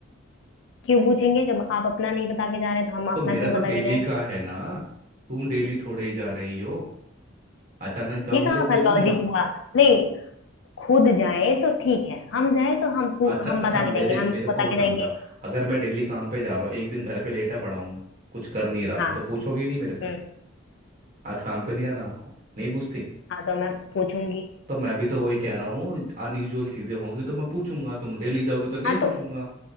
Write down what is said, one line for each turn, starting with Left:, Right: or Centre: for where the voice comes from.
Left: क्यों पूछेंगे जब आप अपना नहीं बता के जा रहे तो हम
Right: तो
Left: अपना
Right: मेरा
Left: क्यों
Right: तो
Left: बता
Right: डेली
Left: के जाएं
Right: का है ना तुम डेली थोड़े ही जा रही हो अचानक जाओगे
Left: ये कहाँ
Right: तो
Left: का
Right: पूछूंगा
Left: लॉजिक हुआ नहीं खुद जाए तो ठीक है हम जाए तो हम पू-
Right: अच्छा अच्छा
Left: हम बता
Right: मेरे
Left: के जाएंगे हम
Right: मेरे
Left: क्यों
Right: को
Left: बता
Right: बस
Left: के जाएंगे
Right: समझा अगर मैं डेली काम पे जा रहा हूँ एक दिन घर पे लेटा पड़ा हूँ कुछ कर नहीं रहा
Left: हाँ
Right: तो पूछोगे नहीं मेरे से
Left: हम्म
Right: आज काम पे नहीं जाना आपको नहीं पूछती
Left: हाँ तो मैं पूछूंगी
Right: तो मैं भी तो वही कह रहा हूँ अनयूजुअल चीजें होंगी तो मैं पूछूंगा तुम डेली जाओगे तो नहीं
Left: हाँ
Right: पूछूंगा
Left: तो